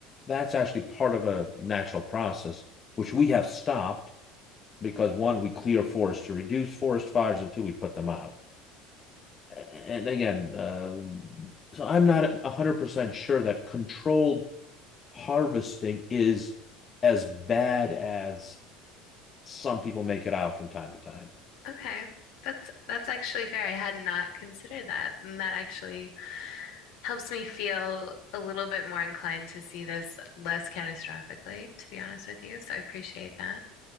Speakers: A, on the left; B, on the left.
A: That's actually part of a natural process, which we have stopped because one, we clear forests to reduce forest fires, and two, we put them out and again, um, so I'm not 100%
B: Hmm.
A: sure that controlled harvesting is as bad as some people make it out from time to time.
B: Okay. That's that's actually fair. I had not considered that, and that actually helps me feel a little bit more inclined to see this less catastrophically, to be honest with you. So I appreciate that.